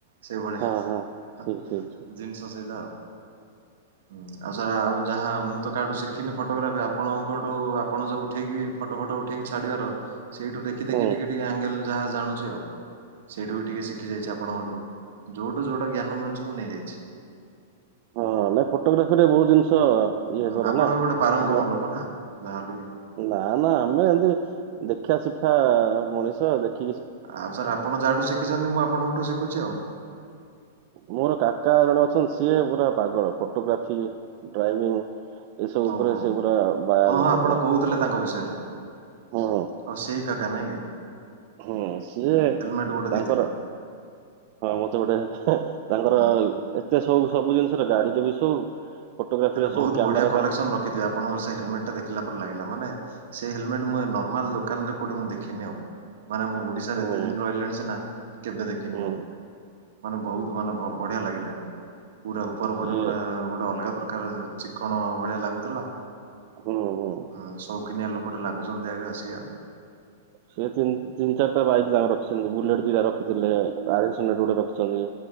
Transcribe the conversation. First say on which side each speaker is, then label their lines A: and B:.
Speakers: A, on the right; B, on the right.
A: ସେଇଭଳିଆ
B: ହଁ ହଁ ଠିକ ଠିକ ଠିକ
A: ଜିନିଷ ସେଇଟା ଆଉ। ହୁଁ ଆଉ ସାର୍ ଆଉ ଯାହା ମୁଁ ତ କାହାଠୁ ଶିଖିନି ଫଟୋଗ୍ରାଫି ଆପଣଙ୍କଠୁ ଆପଣ ଯୋଉ ଉଠେଇକି ଫଟୋ ଫଟ ଉଠେଇକି ଛାଡିବାର ସେଇଠୁ ଦେଖ ଦେଖି ଦେଖି
B: ହୁଁ
A: ଟିକେ ଟିକେ ଆଙ୍ଗେଲ ଯାହା ଜାଣୁଚି ଆଉ ସେଇଠୁ ବି ଟିକେ ଶିଖିଯାଇଚି ଆଉ। ଆପଣଙ୍କଠୁ ଯୋଉଠୁ ଯୋଉଟା ଜ୍ଞାନ ମିଳୁଚି ମୁଁ ନେଇଯାଇଛି।
B: ହଁ ନାଇଁ ଫଟୋଗ୍ରାଫି ରେ ବହୁତ ଜିନିଷ। ଇଏ
A: ହଁ
B: କରେ
A: ଆପଣ
B: ନା
A: ବି ଗୋଟେ ପାରଙ୍ଗମ
B: ମାନେ
A: ଲୋକ ନା ଯାହାହେଲେବି
B: ନା ନା ଆମେ ଏମତି ଦେଖା ଶିଖା ମଣିଷ ଦେଖି
A: ଆଉ ସାର୍ ଆପଣ ଯାହାଠୁ ଶିଖିଚନ୍ତି ମୁଁ ଆପଣଙ୍କଠୁ ଶିଖୁଚି ଆଉ।
B: ମୋର କାକା ଜଣେ ଅଛନ୍ତି ସିଏ ପୁ ରା ପାଗଳ ଫଟୋଗ୍ରାଫି ଡ୍ରାଇଭିଂ। ଏସବୁ
A: ଓହୋ
B: ଉପରେ ସେ ପୁରା ବାୟା
A: ହଁ
B: ଲୋକ
A: ହଁ ଆପଣ
B: ପୁରା
A: କହୁଥିଲେ ତାଙ୍କ ବିଷୟରେ। ଅ
B: ହୁଁ
A: ସେଇ କାକା ନାଇଁ କି।
B: ହୁଁ ସିଏ
A: ହେଲମେଟ୍ ଗୋଟେ
B: ତାଙ୍କର।
A: ଦେଇଥିଲେ।
B: ହଁ ମତେ ଗୋଟେ ତାଙ୍କର
A: ହୁଁ
B: ଏତେ ସଉକ ସବୁ ଜିନିଷରେ ଗାଡ଼ି ଟା ବି ସଉକ ଫଟୋଗ୍ରାଫିରେ
A: ହେଲେ
B: ସଉକ
A: ବହୁ
B: କ୍ୟାମେରା
A: ବଢ଼ିଆ କଲେକ୍ସନ
B: ତାଙ୍କ
A: ରଖିଥିବ ଆପ ଆପଣଙ୍କ ସେ ହେଲମେଟ ଟା ଦେଖିଲା ପରେ ଲାଗିଲା ମାନେ ସେ ହେଲମେଟ ମୁ ଏ ନର୍ମାଲ ଦୋକାନରେ କୋଉଠି ମୁଁ ଦେଖିନି ଆଉ। ମାନେ ମୁଁ ଓଡ଼ିଶାରେ
B: ହୁଁ
A: ଏତେ ଦିନ ରହିଲିଣି ସିନା କେବେ ଦେଖିନି
B: ହୁଁ
A: ଆଉ। ମାନେ ବହୁତ୍ ମାନେ ବ ବଢ଼ିଆ ଲାଗିଲା <unintelligible> ପୁରା ଉପର
B: ସେ
A: ପଟେ ପୁରା ଗୋଟେ ଅଲଗା ପ୍ର କାଗଜ ଚିକଣ ଭଳିଆ ଲାଗୁଥିଲା।
B: ହୁଁ ହୁଁ।
A: ହୁଁ ସଉକିନିଆ ଲୋକଟେ ଲାଗୁଚନ୍ତି ଆଜ୍ଞା ସେୟା ଆଉ
B: ସେ ତିନ ତିନ ଚାରଟା ବାଇକ ତାଙ୍କ ରଖିଚନ୍ତି ବୁଲେଟ ଦିଟା ରଖିଥିଲେ ଆରେକସ ହୁଣ୍ଡରେଡ ଗୋଟେ ରଖିଚନ୍ତି।